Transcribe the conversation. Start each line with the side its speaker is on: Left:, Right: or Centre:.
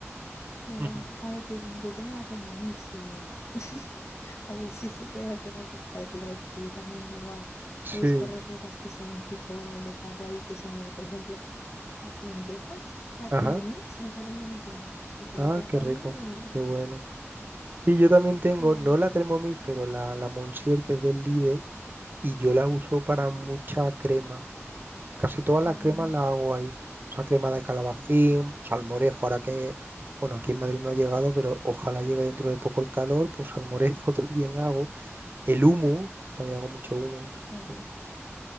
Left: qué bueno.
Right: Ujú.
Left: A ver, pues yo tengo la Thermomix y <laughs> a ver si se puede hacer algo parecido ahí, porque yo también igual
Right: Sí,
Left: busco recetas que son tipo dejarlo ahí que se mueva. Por ejemplo. Las lentejas, la
Right: ajá,
Left: Thermomix, me salen buenísimas, porque
Right: ah,
Left: las dejo
Right: qué
Left: ahí
Right: rico,
Left: y,
Right: qué bueno. Y yo también tengo,
Left: <laughs> y-
Right: no la Thermomix, pero la, la Monsieur que es del Lidl y yo
Left: sí,
Right: la uso para mucha crema. Casi toda la
Left: ah,
Right: crema la hago ahí. O sea, crema de calabacín, salmorejo, ahora que, bueno, aquí en Madrid no ha llegado, pero ojalá llegue dentro de poco el calor, pues salmorejo <laughs> también hago. El humus,
Left: <laughs>
Right: también hago mucho humus.
Left: qué bueno.
Right: Mm.